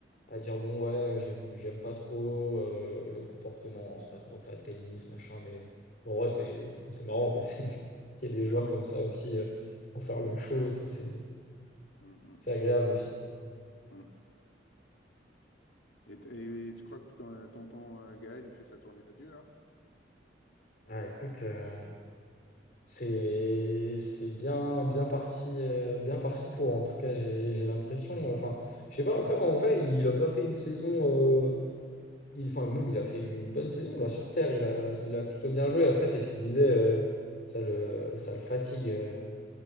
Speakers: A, on the left (about 50°); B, on the left (about 85°).
A: à dire bon, ouais, j'aime, j'aime pas trop euh, le comportement, c'est pas trop ça le tennis, machin. Mais en vrai, c'est, enfin, c'est marrant quoi. <laughs> C'est- qu'il y ait
B: Mais
A: des joueurs
B: oui.
A: comme ça aussi euh, pour faire le show et tout, c'est
B: Mm, mm,
A: C'est agréable aussi.
B: mm. Et, t- et et tu crois que ton, euh, tonton euh, Gaël, il fait sa tournée d'adieu, là?
A: Ah, écoute, euh, C'est c'est bien bien parti euh, bien parti pour en tout cas j'ai j'ai l'impression enfin je sais pas après en vrai il a pas fait une saison euh, il- enfin même il a fait une bonne saison là sur Terre il a il a plutôt bien joué après c'est ce qu'il disait euh, ça le ça le fatigue euh,